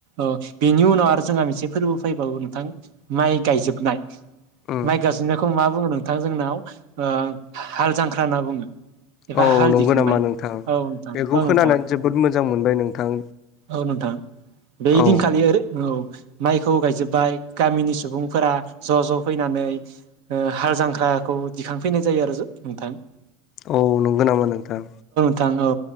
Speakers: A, on the right (about 60°); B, on the left (about 35°).
A: ओ बेनि उनाव आरो जोंहा मोनसे फोरबो फैबावो नोंथां माइ गायजोबनाय।
B: उम
A: माइ गायजोबनायखौ मा बुङो नोंथां जोंनाव? ओ हा-हाल जांख्रा होनना बुङो। एबा
B: औ
A: हाल
B: नंगौ
A: दिखांनाय
B: नामा नोंथां?
A: औ नोंथां
B: बेखौ
A: औ नोंथां
B: खोनानानै जोबोद मो जां मोनबाय नोंथां।
A: औ नोंथां। बे
B: औ
A: दिनखालि आरो औ माइखौ गायजोबबाय गामिनि सुबुंफोरा ज' ज' फैनानै ओ हाल जांख्राखौ दिखांफैनाय जायो आरो जो नोंथां।
B: औ नंगौ नामा नोंथां?
A: थां औ